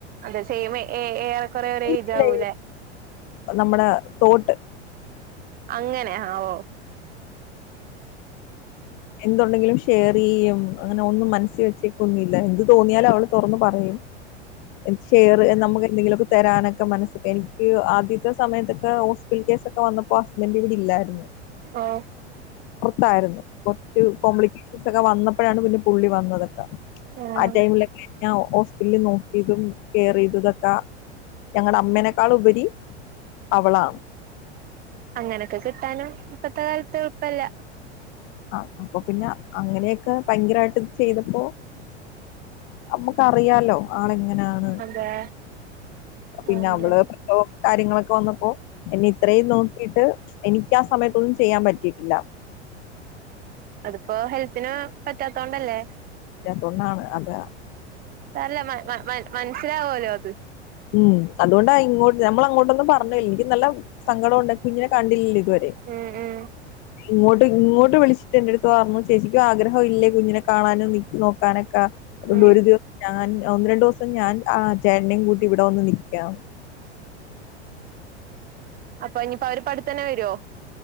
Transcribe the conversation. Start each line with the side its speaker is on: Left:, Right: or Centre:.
Right: അതെ സെമ് ഏ ഏറെ കൊറെ ഒരെ
Left: ഇല്ല
Right: ഏയ്ജ് ആവൂല്ലേ
Left: ഇല്ല നമ്മുടെ തോട്ട്
Right: അങ്ങനെ ആഓ
Left: എന്തുണ്ടെങ്കിലും ഷെയർ ചെയ്യും അങ്ങനെ ഒും മനസ്സി വെക്കൊന്നി ല്ല എന്ത് തോന്നിയാല അവള് തുറന്ന് പറയും എന്ത് ഷെയറ് നമുക്ക് എന്തെങ്കിലൊക്കെ തരാനൊക്കെ മനസ്സ് എനിക്ക് ആദ്യത്തെ സമയത്തൊക്കെ ഹോസ്പിറ്റൽ കേസ്സൊക്കെ വന്നപ്പോ ഹസ്ബൻഡ് ഇവിടില്ലായിരുന്നു.
Right: ആഹ്
Left: തായിരുന്നു. ക്കു കോംപ്ലിക്കേഷൻസൊക്കെ വന്ന പ്പഴാണ് പിന്നെ പുള്ളി വന്നതൊക്കെ
Right: ആഹ്
Left: ആ ടൈമില് ല്ല ഓർ ല്ലി നോക്കിയതും കെയറെയ്തതൊക്കെ ഞങ്ങടെ അമ്മനക്കാളുപരി അവളാണ്.
Right: അങ്ങനൊക്കെ കിട്ടാനാ ഇപ്പത്തെ ക്കാല്ത്ത് എള്പ്പല്ല.
Left: ആഹ് അപ്പൊ പിന്നെ അങ്ങനൊക്കെ ഭയങ്കരായിട്ട്ത് ചെയ്തപ്പോ നമ്മക്കറിയാലോ. ആള്ങ്ങനാണ്
Right: അതെ
Left: പിന്നെ
Right: അങ്ങനെ
Left: അവള് പ്രസവം കാര്യങ്ങളൊക്കെ വന്നപ്പോ എന്നെ ഇത്രേം നോക്കിട്ട് എനി ക്‌യാ സമയത്തൊന്ന് ചെയ്യാൻ പറ്റിയിട്ടില്ല.
Right: അത്പ്പോ ഹെൽത്തിന് പറ്റാത്തോണ്ടല്ലേ?
Left: തോണ്ടാണ് അതാ
Right: നല്ല മയ് മയ് മൈന മൻസ്സിലാവോലോ അത്.
Left: ഉം അതോണ്ട ഇങ്ങോട്ട് നമ്മളങ്ങോട്ടൊന്നും പറഞ്ഞു. ഇൻക്ക് നല്ല സങ്കടോണ്ട് കുഞ്ഞിനെ കണ്ടിൽലലി തു വരെ
Right: ഉം ഉം
Left: ഇങ്ങോട്ട് ട്ട് ഇങ്ങോട്ട് വിളിച്ചിട്ട് എന്റടുത്ത് പറഞ്ഞു ചേചിക്കു ആഗ്രഹവു ഇല്ലേ കുഞ്ഞിനെ കാണാനും നിനോക്കാനൊ ക്ക അതോണ്ട്
Right: ഉം
Left: ഒരുദി ഞാൻ ഒന്ന് രണ്ടുസ് പ്പ ഞാൻ ആഹ് ചേട്ട്നിം കൂ ഇവിടെ വന്ന് നിക്കാം.
Right: അപ്പൊ ഇനിയിപ്പവര് പടുത്തന്നെ വരോ?